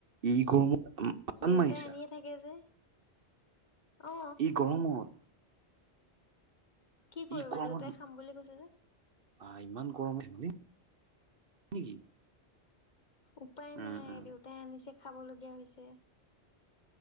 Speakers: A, on the right; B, on the left.
A: এই গৰমত। মাতান
B: দেউতাই
A: মাৰিছা
B: আনিয়ে থাকে যে। অ
A: এই গৰমত।
B: কি কৰিবা
A: ই গৰমত
B: দেউতাই খাম বুলি কৈছে যে।
A: আহ ইমান গৰম ধে নেকি।
B: উপায়
A: উম
B: নাই
A: উম
B: দেউতাই আনিছে খাবলগীয়া হৈছে।